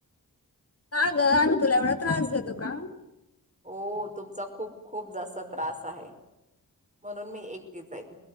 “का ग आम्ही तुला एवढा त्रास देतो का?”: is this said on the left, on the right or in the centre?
Left